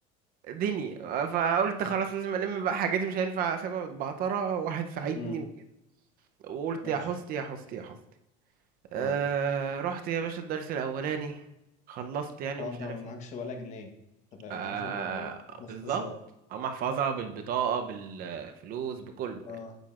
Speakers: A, on the right; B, on the left.
A: دنيا فقلت خلاص لازم الم بقى حاجاتي مش هينفع اسيبها متبعترة واحد ساعدني
B: امم
A: وكده وقلت
B: <laughs> ماشي
A: يا حستي يا حستي يا حستي أه
B: اه
A: رحت يا باشا الدرس الاولاني خلصت يعني
B: طبعا
A: ومش
B: انت
A: عارف
B: معكش
A: ايه
B: ولا جنيه طب انت
A: آه
B: ماشي يبقى يعني بتروح مصر
A: بالظبط
B: ازاي
A: هم احفظها بالبطاقة بالفلوس بكله
B: اه
A: يعني